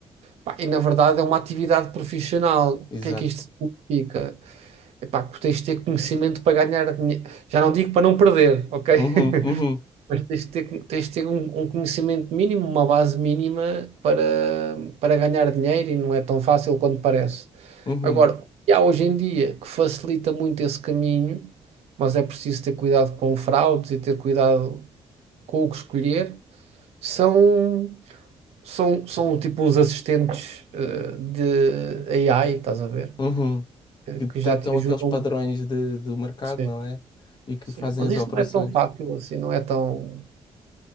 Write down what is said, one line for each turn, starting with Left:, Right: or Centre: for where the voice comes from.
Right: Pá, e na verdade é uma atividade profissional. O
Left: exato.
Right: que é que isto significa? Epá, que tens de ter conhecimento para ganhar dinheiro. Já não digo para não perder, ok?
Left: Uhum,
Right: <laughs>
Left: uhum,
Right: Mas tens de ter, tens de ter um, um conhecimento mínimo, uma base mínima para, para ganhar dinheiro e não é tão fácil quanto parece.
Left: uhum.
Right: Agora, o que há hoje em dia que facilita muito esse caminho, mas é preciso ter cuidado com fraudes e ter cuidado com o que escolher, são, são, são tipo uns assistentes eh, de AI, estás a ver?
Left: Uhum.
Right: Eh,
Left: Que detectam
Right: Que já te ajudam.
Left: aqueles padrões de, do mercado,
Right: Sim,
Left: não é? E que
Right: sim.
Left: fazem
Right: Mas
Left: as
Right: isto
Left: operações.
Right: não é tão fácil assim, não é tão.